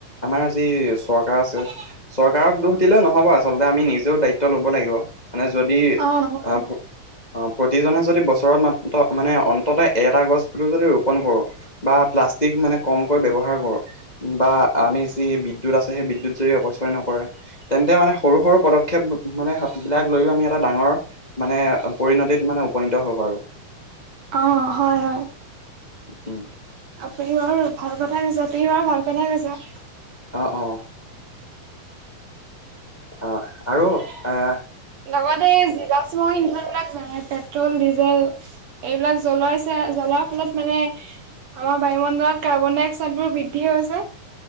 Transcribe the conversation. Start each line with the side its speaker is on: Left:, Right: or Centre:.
Left: আমাৰ যি চৰকাৰ আছে চৰকাৰ চৰকাৰক দোখ দিলেও নহ'ব, আচলতে আমি নিজেও দায়িত্ব ল'ব লাগিব মানে যদি আহ-
Right: অ নহব
Left: অ', প্ৰতিজনে যদি বছৰত মাত্ৰ মানে অন্ততঃ এটা গছো যদি ৰোপন কৰোঁ। বা প্লাষ্টিক মানে কমকৈ ব্যৱহাৰ কৰোঁ। বা আমি যি বিদ্যুৎ আছে, সেই বিদ্যুৎ যদি অপচয় নকৰে। তেন্তে মানে সৰু সৰু পদক্ষেপ মানে, বিলাক লৈও আমি এটা ডাঙৰ মানে পৰিণতিত মানে উপনীত হ'ব বাৰু।
Right: অ' হয় হয়।
Left: উম
Right: আপুনি বাৰু ভাল কথাই কৈছাঁ। তুমি বাৰু ভাল কথাই কৈছাঁ।
Left: অ', অ', অ', আৰু এ
Right: লগতে জিবাষ্ম ইন্ধন বিলাক জানাই পেট্ৰল, ডিজেল। এইবিলাক জ্বলাইছে, জ্বলোৱাৰ ফলত মানে, আমাৰ বায়ুমণ্ডলত কাৰ্বন ডাই অক্সাইডবোৰ বৃদ্ধি হৈছে।